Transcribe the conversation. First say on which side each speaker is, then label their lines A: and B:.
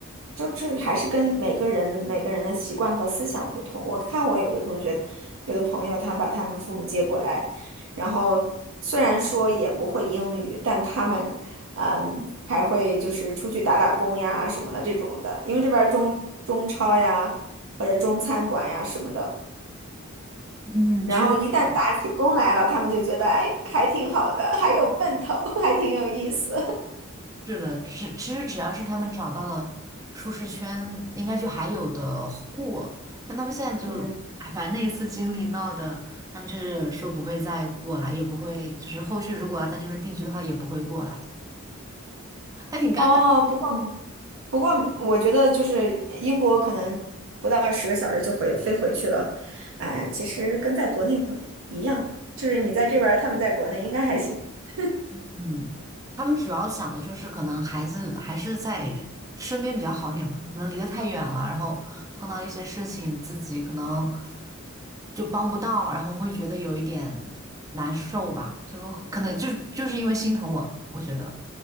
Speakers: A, on the right; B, on the right.
A: 就这还是跟每个人每个人的习惯和思想不同。我看我有的同学，有的朋友，他把他们父母接过来，然后虽然说也不会英语，但他们，嗯，还会就是出去打打工呀什么的这种的，因为这边儿中中超呀或者中餐馆呀什么的。
B: 嗯，
A: 然后一旦打起工来了，
B: 确实。
A: 他们就觉得，哎，还挺好的，还有奔头，<laughs> 还挺有意思。
B: 是的，只其实只要是他们找到了舒适圈，应该就还有的过。但他们现在就是，
A: <laughs> 嗯。
B: 哎，反正那一次经历闹的，他们就是说不会再过来，也不会，就是后续如果要在这边定居的话，也不会过来，还挺尴尬。
A: 哦，不过不过，我觉得就是英国可能不到十个小时就回飞回去了，哎，其实跟在国内一样，就是你在这边儿他们在国内应该还行 <laughs>。
B: 嗯，他们主要想的就是可能孩子还是在身边比较好点嘛，可能离得太远了，然后碰到一些事情自己可能就帮不到，然后会觉得有一点难受吧，就会可能就就是因为心疼我，我觉得